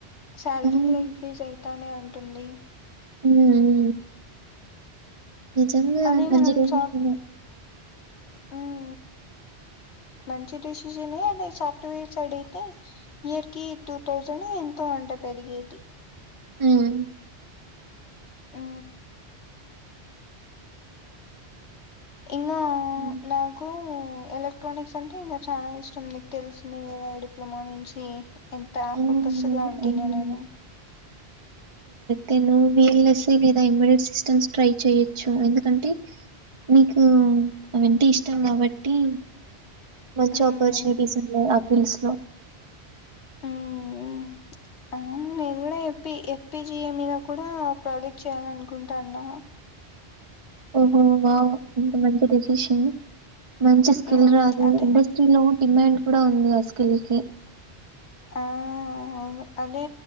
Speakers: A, on the left; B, on the right.
A: సాలరీ
B: హ్మ్. హ్మ్.
A: గుడ ఇంక్రీజ్ అయితానే ఉంటుంది
B: హ్మ్ ఉమ్ నిజంగా
A: అదే
B: మంచి
A: మనం
B: డెసిషనే
A: సాఫ్ట్ హ్మ్ మంచి డెసిజనే అది సాఫ్ట్వేర్స్ సైడ్ అయితే ఇయర్ కి టూ థౌసండ్ ఎంతో అంట్ ట పెరిగేది
B: హ్మ్
A: ఆ ఇంగా
B: హ్మ్.
A: నాకు కూ ఎలక్ట్రానిక్స్ అంటే ఇంగ చాలా ఇష్టం, నీకు తెలిసిందె గదా డిప్లొమా నుంచి అంతా
B: ఆ!
A: ఫోకస్గా ఉంటినే
B: అవును.
A: నేను
B: నేను వీలసీ లేదా ఇమీడియట్ సిస్టమ్స్ ట్రై చెయొచ్చు ఎందుకంటే నీకు అవంటే ఇష్టం గాబట్టి మంచి
A: మ్మ్
B: అపర్చునిటీస్ ఉన్నాయి ఆఫీసులో
A: మ్మ్ అవును నేను గూడ F P F P G A మీద కూడా ప్రొజెక్ట్ చేయ్యాలనుకుంటాన్నా
B: ఓహో వావ్ ఎంత మంచి డెసీషన్ మంచి స్కిల్
A: మ్మ్
B: రాదు
A: అదే
B: ఇండస్ట్రీలో డిమాండ్ కూడా ఉంది ఆ స్కిల్ కి
A: ఆ అ అవును అదే